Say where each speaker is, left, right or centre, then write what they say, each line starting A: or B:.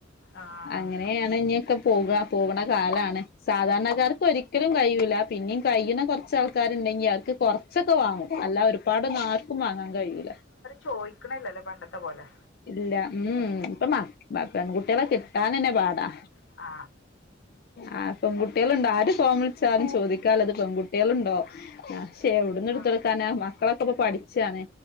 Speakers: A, on the left; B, on the left.
A: ആഹ്
B: അങ്ങനെയാണിനിക്കെ പോക്‌ക. പോകണ കാലണ് സാധാരണക്കാർക്ക് ഒരിക്കലും കഴിയുല്ല പിന്നെയും കഴിയുന്ന കുറച്ച ആൾക്കാരുണ്ടെങ്കി അവർക്ക് കൊറച്ചൊക്കെ വാങ്ങും അല്ല ഒരുപാട് നർക്കും വാങ്ങാൻ കഴിയൂല
A: ചോദിക്കണില്ലല്ലോ പണ്ടത്തെ പോലെ
B: ഇല്ല ഉം ട്ടമാ ബപ്പ ഗുട്ടിയ എല്ല കിട്ടാ നനെ ബാടാ
A: ആ
B: ആ പെൺകുട്ടികളുണ്ടോ ആര് ഫോം വിളിച്ചാരും ചോദിക്കാാലത് പെൺകുട്ടികളുണ്ടോ ആ പക്ഷെ എവടന്ന് ഇടുതൊടുക്കാന
A: ആഹ്
B: മക്കളൊക്കെ ഇപ്പോ പഠിച്ചാണ്